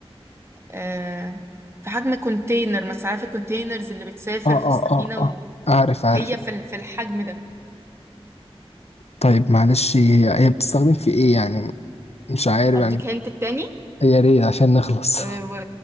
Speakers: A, on the right; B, on the left.
A: آه في حجم كونتينر مثلا عارف الكونتينرز اللي بتسافر
B: اه
A: في
B: اه
A: السفينة
B: اه اه عارف عارف
A: وهي في ال- في الحجم ده
B: طيب معلش هي هي بتستخدم في ايه يعني مش عارف
A: أديك
B: يعني
A: هنت التاني
B: يا ريت عشان نخلص
A: آه و-